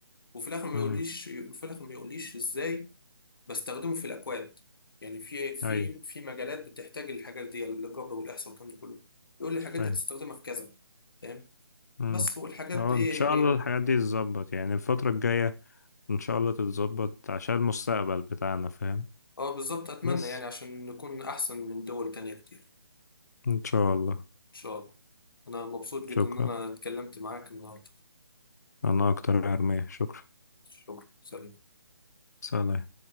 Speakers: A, on the left (about 60°); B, on the left (about 40°).
A: وفي الاخر ما يقوليش
B: امم
A: في الاخر ما يقوليش ازاي بستخدمه في الاكواد يعني في في
B: أي
A: في مجالات بتحتاج الحاجات دي الجبر والاحصاء والكلام ده كله يقول لي الحاجات
B: فاهم
A: دي هتستخدمها في كذا تمام
B: امم
A: بس والحاجات
B: أه
A: دي
B: إن
A: إيه
B: شاء
A: يعني
B: الله الحاجات دي تتظبط يعني الفترة الجاية إن شاء الله تتظبط عشان المستقبل بتاعنا فاهم
A: اه بالظبط اتمنى
B: بس
A: يعني عشان نكون احسن من دول تانية كتير
B: إن شاء الله
A: ان شاء الله انا مبسوط جدا
B: شكرا
A: ان انا اتكلمت معاك النهارده
B: أنا أكتر يا أرمية شكرا
A: شكرا سلام
B: سلام